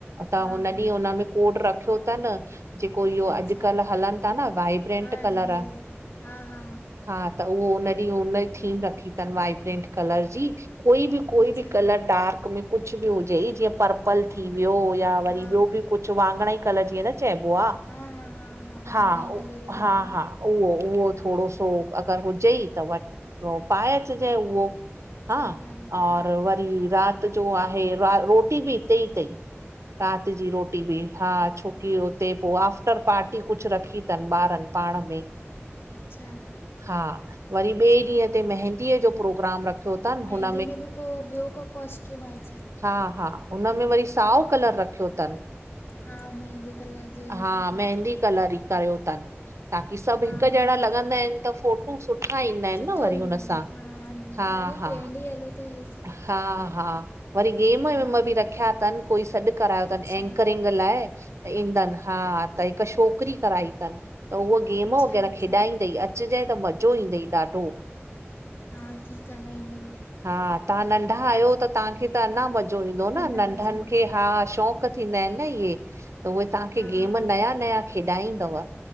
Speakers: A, on the right (about 85°); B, on the left (about 55°).
A: त,
B: हा
A: हुन ॾींह
B: हा
A: हुनमें, कोड रखयो तन। जेको इहो
B: अच्छा
A: अॼकल्ह हलन था न वाइब्रेंट
B: हा हे
A: कलर।
B: हल हा हा
A: हा त, उहो उन ॾींह उन जी थीम रखी तन, वाइब्रेंट कलर जी। कोई बि कोई
B: अच्छा
A: बि कलर डार्क में, कुछ बि हुजई, जीअं पर्पल थी व्यो, या वरी
B: हा
A: ॿियो बि कुछ वाॻणाई कलर जीअं न चैबो आ,
B: हा हा हा
A: हा
B: वाङणाई
A: हो,
B: कलर ईंदो
A: हा
B: आहे न
A: हा उहो उहो थोड़ो सो अगर हुजई त वरी पाए अचजैं उहो। हा,
B: ठीकु आहे न
A: और
B: हा
A: व -री रात जो आहे रोटी बि इते ई तई। रात जी रोटी बि, हा छोकी हुते पो आफ्टर पार्टी कुछ रखी तन ॿारन। पाण में।
B: अच्छा
A: हा, वरी ॿे ॾींहं ते मेहदीअ जो प्रोग्राम रखयो तन हुन
B: -दीे में बि, पो ॿियो को? कॉस्ट्यूम आहे छा?
A: हा हा, उन में वरी, साओ कलर रखयो तन।
B: हा मेंहदी कलर जो
A: हा,
B: ईंदो आहे जो।
A: मेहंदी कलर ई। कयो तन, ताकी सभ
B: हा
A: हिक जहिड़ा
B: हा
A: लॻंदा एन त फोट फ़ोटू सुठा ईंदा एन,
B: सुठो
A: न वरी
B: ईंदा
A: हुन
B: आहिनि
A: सां, हा
B: हाणे
A: हा!
B: ट्रेंड ई हले थो इहे सभु
A: हा हा, वरी गेम वेम
B: हा
A: बि रखया तन कोई सॾ करायो
B: अच्छा
A: तन, एंकरिंग लाइ, त ईंदन, हा त हिक छोकरी कराई तन, त हूअ गेम
B: अच्छा
A: वग़ैरह
B: अच्छा
A: खेॾाईंदई। अचजइं त मज़ो ईंदई ॾाढो।
B: हा ठीक आ, न ईंदम।
A: हा, तहां नंढ़ा आयो, त तहांखे त अञा मज़ो ईंदो न
B: अञा
A: नंढन
B: मज़े ईंदो
A: हा, शौक़ थींदा आइन न इहे, त उहे तहांखे
B: हा
A: गेम
B: हा
A: नया नया खेॾाईंदव।